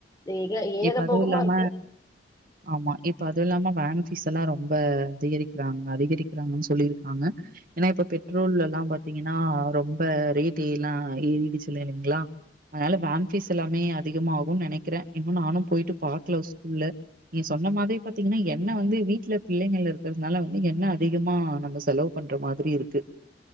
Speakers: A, on the left; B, on the right.
A: ஏக ஏகபோகமா
B: இப்ப அதுவுல்லாம
A: இருக்கு
B: ஆமா இப்ப அதுவுல்லாம வேன் ஃபீஸ் எல்லா ரொம்ப அதிகரிக்குறாங்க அதிகரிக்கிறாங்கனு சொல்லிருக்காங்க எனா இப்ப பெட்ரோல் எல்லா பாத்தீங்கன்னா ரொம்ப ரேட் எல்லா ஏறிடுச்சு இல்லேங்ளா அனால வேன் ஃபீஸ் எல்லாமே அதிகமாகுனு நெனக்கிறே இன்னு நானு போயிட்டு பாக்ல ஸ்கூல்ல நீ சொன்ன மாதிரி பாத்தீங்கனா எண்ண வந்து வீட்ல பிள்ளைங்கள் இருக்கிறதுனால வந்து எண்ண அதிகமா நம்ம செலவு பண்ற மாதிரி இருக்கு